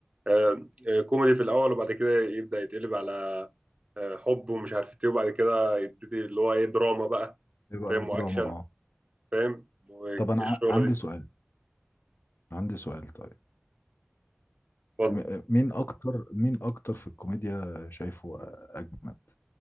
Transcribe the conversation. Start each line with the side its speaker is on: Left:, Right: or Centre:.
Right: آه، آه، كوميدي في الأول وبعد كده يبدأ يتقلب على آه، حب ومش عارف ايه وبعد كده يبتدي اللي هو ايه دراما بقى
Left: بقى
Right: فاهم
Left: دراما
Right: وأكشن
Left: اه
Right: فاهم والشغلة
Left: طب انا ع- عندي
Right: دي
Left: سؤال عندي سؤال طيب
Right: اتفضل
Left: م- مين اكتر مين اكتر في الكوميديا شايفه اجمد